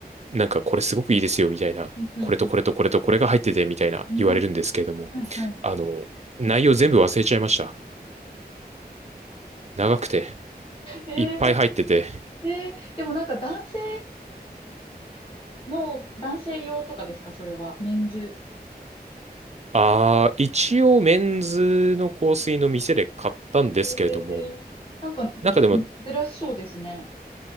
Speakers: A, on the right; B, on the left.
A: なんかこれすごくいいですよみたいな、
B: うん、うん、
A: これとこれとこれとこれが入っててみたいな言われるんですけれども、
B: うん。うんはい、はい。
A: あの、内容全部忘れちゃいました。長くて、
B: え
A: いっぱい入ってて。
B: ー、えー、でもなんか男性の、男性用とかですかそれは。メンズ。
A: ああ一応メンズの香水の店で買ったんですけれども、
B: ええなんか、
A: なんかでも、
B: 結構珍しそうですね。